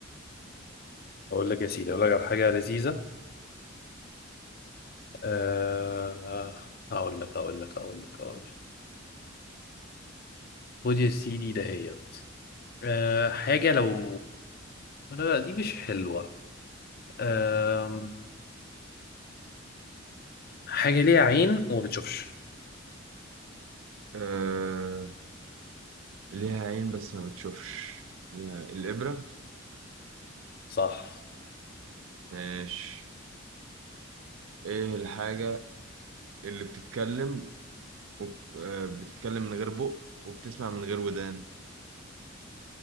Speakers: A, on the left; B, on the right.
A: اقول لك يا سيدي اقول لك على حاجه لذيذه آه اقول لك اقول لك اقول لك اقول لك خد يا سيدي دهيت آه حاجه لو لا لا دي مش حلوه آه حاجه ليها عين وما بتشوفش
B: آه، ليها عين بس ما بتشوفش ليها الإبرة
A: صح
B: ماشي ايه الحاجة اللي بتتكلم وب... آه، بتتكلم من غير بق وبتسمع من غير ودان